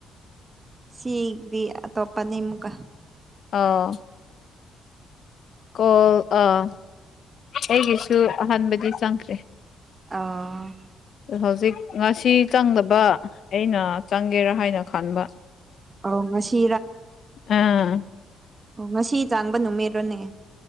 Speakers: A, on the right; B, on the left.
A: ꯁꯤꯗꯤ ꯑꯇꯣꯞꯄꯅꯤ ꯑꯃꯨꯛꯀ
B: ꯑꯥ ꯀꯣꯜ ꯑꯥ ꯑꯩꯒꯤꯁꯨ ꯑꯍꯥꯟꯕꯗꯤ ꯆꯪꯈ꯭ꯔꯦ
A: ꯑ <unintelligible> <inaudible>
B: ꯍꯧꯖꯤꯛ ꯉꯁꯤ ꯆꯪꯗꯕ ꯑꯩꯅ ꯆꯪꯒꯦꯔꯥ ꯍꯥꯏꯅ ꯈꯟꯕ
A: ꯑ ꯉꯁꯤ
B: ꯑꯥ
A: ꯑꯣ ꯉꯁꯤ ꯆꯥꯡꯕ ꯅꯨꯃꯤꯠꯔꯣꯅꯦ